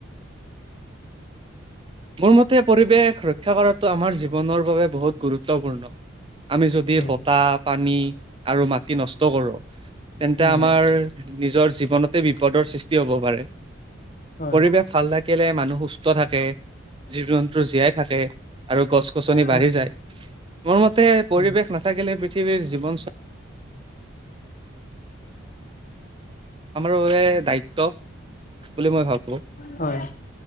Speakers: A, on the right; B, on the left.
A: মোৰ মতে পৰিৱেশ ৰক্ষা কৰাটো আমাৰ জীৱনৰ বাবে বহুত গুৰুত্বপূৰ্ণ। আমি যদি
B: উম,
A: বতাহ পানী আৰু মাটি নষ্ট কৰোঁ তেন্তে
B: উম,
A: আমাৰ নিজৰ জীৱনতে বিপদৰ সৃষ্টি হ'ব পাৰে,
B: হয়,
A: পৰিৱেশ ভাল থাকিলে মানুহ সুস্থ থাকে। জীৱ-জন্তু জীয়াই থাকে আৰু গছ-গছনি বাঢ়ি
B: উম,
A: যায়, মোৰ পৰিৱেশ
B: উম,
A: নাথ থাকিলে পৃথিৱীৰ জীৱন আমাৰো দায়িত্ব বুলি মই ভাবোঁ।
B: হয়,